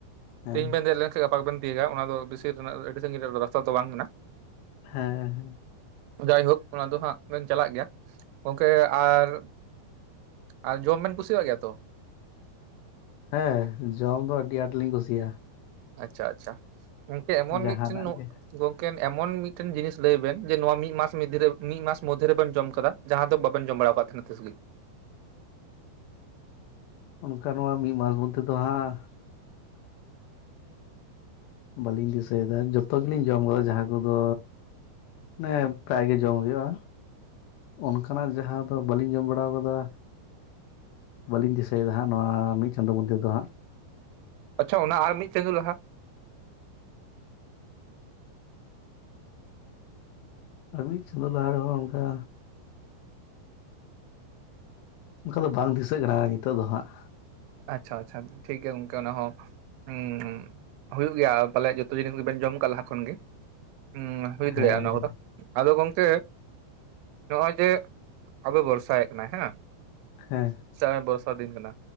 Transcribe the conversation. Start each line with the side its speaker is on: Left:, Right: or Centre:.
Left: ᱦᱮᱸ
Right: ᱛᱮᱦᱤᱧ ᱵᱮᱱ ᱫᱮᱜᱞᱮᱱ ᱜᱟᱯᱟ ᱜᱮ ᱵᱮᱱ ᱛᱤᱭᱳᱜᱟ ᱚᱱᱟ ᱫᱚ ᱵᱤᱥᱤᱨ ᱨᱮᱱᱟᱜ ᱟᱹᱰᱤ ᱥᱟᱺᱜᱤ ᱨᱟᱥᱛᱟ ᱫᱚ ᱵᱟᱝ ᱠᱟᱱᱟ᱾
Left: ᱦᱮᱸ ᱦᱮᱸ᱾
Right: ᱡᱟᱭᱦᱳᱠ ᱚᱱᱟ ᱫᱚ ᱦᱟᱸᱜ ᱵᱮᱱ ᱪᱟᱞᱟᱜ ᱜᱮᱭᱟ, ᱜᱚᱝᱠᱮ ᱟᱨ ᱟᱨ ᱡᱚᱢ ᱵᱮᱱ ᱠᱩᱥᱤᱣᱟᱜ ᱜᱮᱭᱟ ᱛᱚ?
Left: ᱦᱮᱸ ᱡᱚᱢ ᱫᱚ ᱟᱹᱰᱤ ᱟᱸᱴ ᱞᱤᱧ ᱠᱩᱥᱤᱭᱟᱜᱼᱟ᱾
Right: ᱟᱪᱪᱷᱟ ᱟᱪᱪᱷᱟ, ᱜᱚᱝᱠᱮ ᱮᱢᱚᱱ
Left: ᱡᱟᱦᱟᱱᱟᱜ
Right: ᱢᱤᱫᱴᱤᱱ ᱱᱩᱜ
Left: ᱜᱮ
Right: ᱜᱚᱝᱠᱮ ᱮᱢᱚᱱ ᱢᱤᱫᱴᱤᱱ ᱡᱤᱱᱤᱥ ᱞᱟᱹᱭ ᱵᱮᱱ, ᱡᱮ ᱱᱚᱣᱟ ᱢᱤᱫ ᱢᱟᱥ ᱢᱤᱫᱤᱱ ᱨᱮ, ᱢᱤᱫ ᱢᱟᱥ ᱢᱚᱫᱷᱮ ᱨᱮ ᱨᱮᱵᱮᱱ ᱡᱚᱢ ᱠᱟᱫᱟ? ᱡᱟᱦᱟᱸ ᱫᱚ ᱵᱟᱵᱮᱱ ᱡᱚᱢ ᱵᱟᱲᱟᱣ ᱠᱟᱫ ᱛᱟᱦᱮᱱᱟ ᱛᱤᱥ ᱜᱮ
Left: ᱚᱱᱠᱟ ᱱᱚᱣᱟ ᱢᱤᱫ ᱢᱟᱥ ᱢᱚᱫᱽᱫᱷᱮ ᱫᱚ ᱦᱟᱸᱜ, ᱵᱟᱹᱞᱤᱧ ᱫᱤᱥᱟᱹᱭᱮᱫᱟ, ᱡᱚᱛᱚ ᱜᱮᱞᱤᱧ ᱡᱚᱢ ᱠᱟᱫᱟ ᱡᱟᱦᱟᱸ ᱠᱚᱫᱚ, ᱟᱱᱮ ᱯᱨᱟᱭ ᱜᱮ ᱡᱚᱢ ᱦᱩᱭᱩᱜᱼᱟ᱾ ᱚᱱᱠᱟᱱᱟᱜ ᱡᱟᱦᱟᱸ ᱫᱚ ᱵᱟᱹᱞᱤᱧ ᱡᱚᱢ ᱵᱟᱲᱟᱣ ᱟᱠᱟᱫᱟ᱾ ᱵᱟᱹᱞᱤᱧ ᱫᱤᱥᱟᱹᱭᱮᱫᱟ ᱦᱟᱸᱜ ᱱᱚᱣᱟ ᱢᱤᱫ ᱪᱟᱸᱫᱚᱳ ᱢᱚᱱᱫᱷᱮ ᱫᱚ ᱦᱟᱸᱜ᱾
Right: ᱟᱪᱪᱷᱟ ᱚᱱᱟ ᱟᱨ ᱢᱤᱫ ᱪᱟᱸᱫᱳ ᱞᱟᱦᱟ?
Left: ᱟᱨ ᱢᱤᱫ ᱪᱟᱸᱫᱳ ᱞᱟᱦᱟ ᱨᱮᱦᱚᱸ ᱚᱱᱠᱟ, ᱚᱱᱠᱟ ᱫᱚ ᱵᱟᱝ ᱫᱤᱥᱟᱹᱜ ᱠᱟᱱᱟ ᱱᱤᱛᱚᱜ ᱫᱚ ᱦᱟᱸᱜ᱾
Right: ᱟᱪᱪᱷᱟ ᱟᱪᱪᱷᱟ ᱴᱷᱤᱠ ᱜᱮᱭᱟ ᱜᱚᱝᱠᱮ ᱚᱱᱟ ᱦᱚᱸ ᱩᱸ ᱦᱩᱭᱩᱜ ᱜᱮᱭᱟ ᱯᱟᱞᱮᱜ ᱡᱚᱛᱚ ᱡᱤᱱᱤᱥ ᱜᱮ ᱵᱤᱱ ᱡᱚᱢ ᱠᱟᱜ-ᱟ ᱞᱟᱦᱟ ᱠᱷᱚᱱᱜᱮ, ᱦᱩᱸ
Left: ᱦᱮᱸ
Right: ᱦᱩᱭ ᱫᱟᱲᱮᱭᱟᱜᱼᱟ ᱚᱱᱟ
Left: ᱦᱮᱸ
Right: ᱠᱚᱫᱚ ᱟᱫᱚ ᱜᱚᱢᱠᱮ? ᱱᱚᱜ ᱚᱭ ᱡᱮ, ᱟᱫᱚᱭ ᱵᱷᱚᱨᱥᱟᱭᱮᱫ ᱠᱟᱱᱟᱭ ᱦᱮᱸ,
Left: ᱦᱮᱸ᱾
Right: ᱪᱟᱭ ᱵᱚᱨᱥᱟ ᱫᱤᱱ ᱠᱟᱱᱟ,